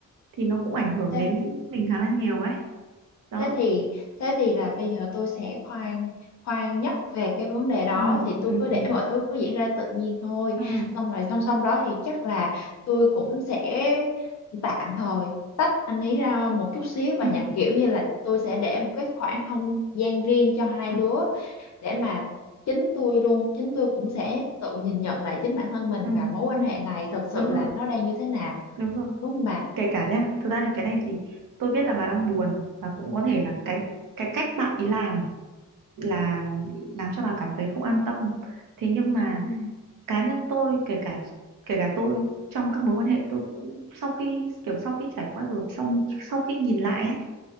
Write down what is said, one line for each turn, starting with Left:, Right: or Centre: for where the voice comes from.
Right: thì nó cũng ảnh hưởng
Left: Thế
Right: đến mình khá là nhiều ấy đó
Left: thế thì thế thì là bây giờ tôi sẽ khoan khoan nhắc về cái vấn đề đó
Right: ừ
Left: thì tôi
Right: ừ
Left: cứ để
Right: ừ
Left: mọi thứ cứ diễn ra tự nhiên thôi
Right: ừ
Left: xong rồi song song đó thì chắc là tôi cũng sẽ tạm thời tách anh ấy ra một chút xíu và
Right: ừ
Left: nhà kiểu như là tôi sẽ để một cái khoảng không gian riêng cho hai
Right: Ừ,
Left: đứa để mà chính tôi luôn chính tôi cũng sẽ tự nhìn nhận lại chính bản thân mình
Right: ừ,
Left: và mối quan hệ này thật sự
Right: đúng rồi,
Left: là nó đang như thế nào
Right: đúng rồi.
Left: đúng không bà
Right: Kể cả nhá, thực ra thì cái này thì tôi biết là bà đang buồn và cũng có thể là cái cái cách bạn ấy làm là làm cho bà cảm thấy không an tâm. Thế nhưng mà
Left: Ừ.
Right: cá nhân tôi kể cả kể cả tôi trong các mối quan hệ tôi cũng sau khi kiểu sau khi trải qua rồi xong sau khi nhìn lại ấy,